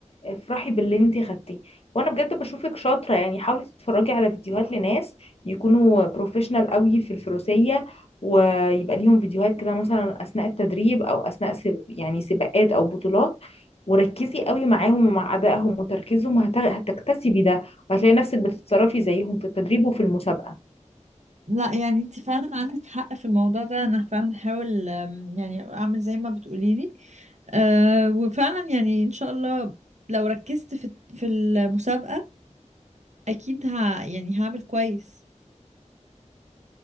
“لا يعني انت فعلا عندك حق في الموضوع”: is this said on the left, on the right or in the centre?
Right